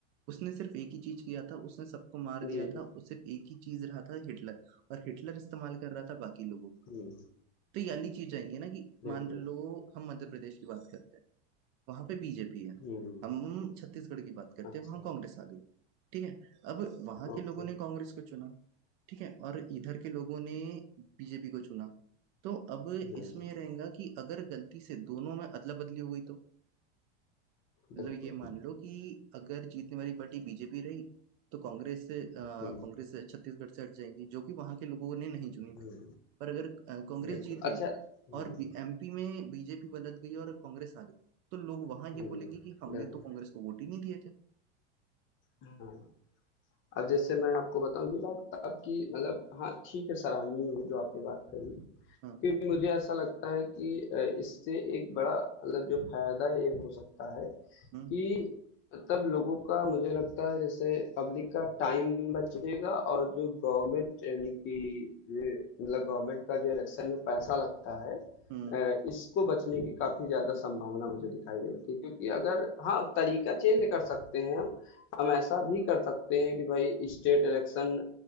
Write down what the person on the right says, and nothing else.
उसने सिर्फ एक ही चीज किया था उसने सबको मार
दिया
था उस सिर्फ एक ही चीज रहा था हिटलर और हिटलर इस्तेमाल कर रहा था बाकी लोगों को।
तो ये वाली चीज आएंगी ना कि
मान लो हम मध्य प्रदेश की बात करते हैं वहां पे बीजेपी है
हम छत्तीसगढ़ की बात करते
हैं वहां कांग्रेस आ गई ठीक है अब वहां
के लोगों ने कांग्रेस को चुना ठीक है और इधर के लोगों ने बीजेपी को चुना तो अब
इसमें ये रहेगा कि अगर गलती से दोनों में अदला बदली हो गई तो
मतलब ये मान लो कि अगर जीतने वाली पार्टी बीजेपी रही तो कांग्रेस अ,
कांग्रेस छत्तीसगढ़ से हट जाएगी जो कि वहां के लोगों ने नहीं चुनी
पर अगर अ, कांग्रेस
जीत गई
और एमपी में बीजेपी बदल गई और कांग्रेस आ गई तो लोग वहां ये
बोलेंगे कि हमने
तो कांग्रेस को वोट ही नहीं दिए थे
हाँ
हम्म
हम्म